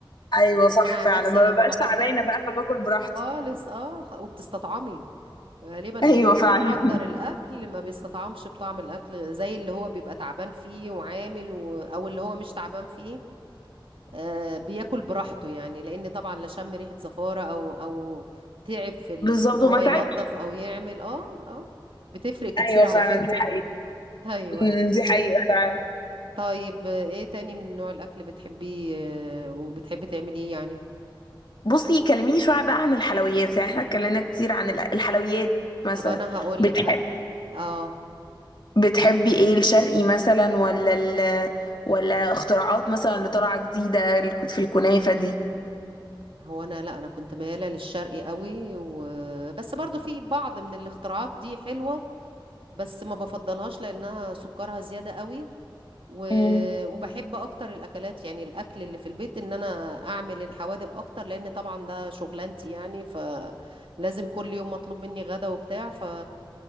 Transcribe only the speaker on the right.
يعني
انا عن
نفسي
لما
بحضر
خالص اه خ- وبتستطعمي غالبا
اللي بيبقى
محضر الاكل ما بيستطعمش بطعم الاكل زي اللي هو بيبقى تعبان فيه وعامل و... او اللي هو مش تعبان فيه آه، بياكل براحته يعني لان طبعا لا شم ريحه زفاره او او تعب في ال...
في ان
هو ينظف او يعمل اه اه بتفرق كتير
على
فكره
<laughs> ايوه
أيوة.
طيب آه، ايه تاني من نوع الاكل بتحبيه آه، وبتحبي تعمليه يعني
طب انا هقول
لك انا اه
هو انا لا انا كنت مياله للشرقي قوي وبس برضو في بعض من الاختراعات دي حلوه بس ما بفضلهاش لانها سكرها زياده قوي و...
وبحب اكتر الاكلات يعني الاكل اللي في البيت ان انا اعمل الحوادق اكتر لان طبعا ده شغلانتي يعني فلازم كل يوم مطلوب مني غدا وبتاع ف